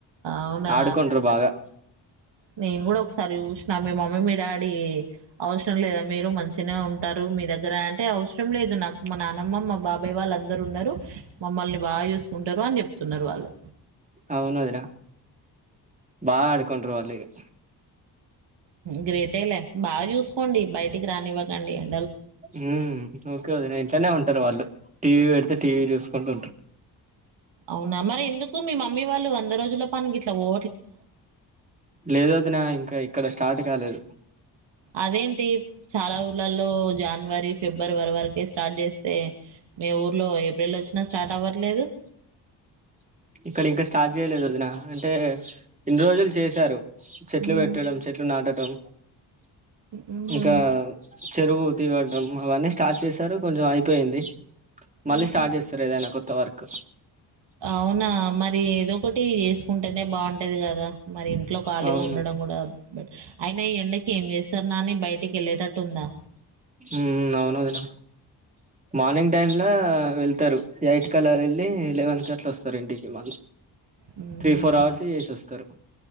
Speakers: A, on the right; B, on the right.
A: అవునా
B: ఆడుకుంటురు బాగా
A: నేను కూడా ఒకసారి చూసిన మీ మమ్మీ మీ డాడీ అవ సరం లేదా మీరు మంచిగానే ఉంట ఉంటారు మీ దగ్గర అంటే అవసరం లేదు నాకు మా నానమ్మ మా బాబాయ్ వాళ్ళు అందరూ ఉన్నారు మమ్మల్ని బాగా చూసుకుంటారు అని చెప్తున్నారు వాళ్ళు
B: అవును వదిన బాగా ఆడుకుంట్రు వాళ్లిగా
A: గ్రేటేలే బాగా చూసుకోండి బయటికి రానివ్వకండి అ
B: ఉ ఓకే వదిన ఇంట్లనే ఉంటారు వాళ్ళు టీవీ పెడితే టీవీ చూసుకుంటూ ఉంటారు
A: అవునా మరి ఎందుకు మీ మమ్మీ వాళ్ళు వంద రోజుల పనికి ఇట్లా ఓ
B: లేదు వదిన ఇంకా ఇక్కడ స్టార్ట్ కాలేదు
A: అదేంటి చాలా ఊర్లలో జాన్వరి ఫ్రీ ఫిబ్రవరి వరకే స్టార్ట్ చేస్తే మీ ఊర్లో ఏప్రిల్ వచ్చినా స్టార్ట్ అవ్వట్లేదు
B: ఇక్కడ ఇంకా స్టార్ట్ చేయలేదు వదిన అంటే ఇన్ రోజులు చేశారు చెట్లు
A: హ్మ్.
B: పెట్టడం చెట్లు నాటటం
A: హుహు.
B: ఇంకా చెరువు తీవడం అవన్నీ స్టార్ట్ చేసి టరు కొంచెం అయిపోయింది మళ్ళీ
A: హుహు.
B: స్టార్ట్ చేస్తారు ఏదైనా కొత్త వర్క్
A: అవునా మరి ఏదో ఒకటి చేసుకుంటేనే బాగుంటది కదా మరి ఇంట్లో ఖాళీగా
B: అవును
A: ఉండడం మనం కూడా బట్ అయిన ఈ ఎండకి ఏం చేస్తారు నాని బయటికెళ్ళేటట్టుందా?
B: ఉమ్ అవును వదిన మా ర్నింగ్ టైమ్ లవెళ్తారు ఎయిట్ కలా వెళ్ళి లెవెన్ కట్లా వస్తారు ఇంటికి మళ్ళ
A: హ్మ్.
B: త్రీ ఫోర్ అవర్స్ ఏసస్తారు